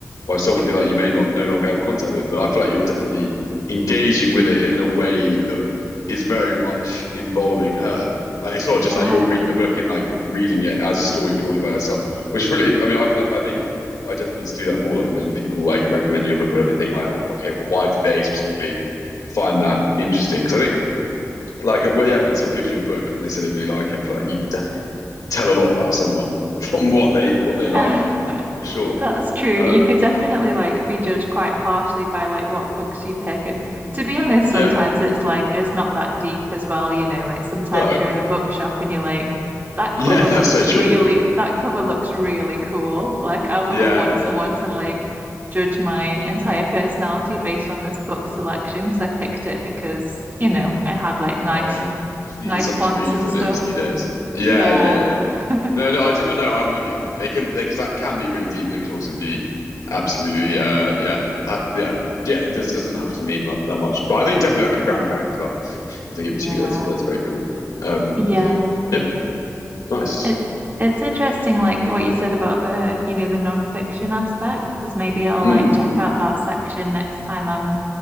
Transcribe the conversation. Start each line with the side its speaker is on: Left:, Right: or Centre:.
Left: by someone who like you may not no longer have contact with but I feel like you're definitely engaging with it in a way that is very much involving her like it's not
Right: yeah,
Left: just like you're reading the book and like reading it as a story purely by itself which is really I mean I've I think I definitely need to do that more like when people like recommend you a book whatever they think like oh okay well why did they specifically find
Right: Mm.
Left: that interesting because I think like well yeah when someone gives you a book and they say they really like it I feel like you can definitely tell a lot about someone <laughs> from what they what
Right: yeah.
Left: they like
Right: <laughs>
Left: for sure
Right: That's true.
Left: um
Right: You could definitely like be judged quite harshly by like what books you pick. And to be honest,
Left: yeah
Right: sometimes it's like it's not that deep as well, you know, like sometimes
Left: no
Right: you're in a bookshop and you're like,
Left: <laughs>
Right: that
Left: yeah
Right: cover looks
Left: that's so true
Right: <laughs> really that cover looks really cool. Like I wouldn't
Left: yeah
Right: want
Left: yeah
Right: someone
Left: yeah
Right: to like judge my entire personality based on this book selection because I picked it because, you know, I had
Left: yeah
Right: like nice
Left: yeah, yeah. you just needed
Right: nice
Left: something
Right: fonts
Left: to read
Right: and
Left: for
Right: stuff.
Left: the next few days yeah
Right: Yeah.
Left: yeah yeah yeah.
Right: <laughs>
Left: no no I do, no I'm with you I'm with you they can they can that can be really deep and it can also be absolutely uh yeah uh, yeah yeah it does, doesn't have to mean mu- that much but I think definitely like a grandparent as well if they give
Right: Yeah.
Left: it to you that's that's very cool um
Right: Yeah.
Left: yeah nice
Right: It it's interesting, like what you said about the, you know, the nonfiction aspect, because maybe I'll
Left: Mm,
Right: like check out that section next time I'm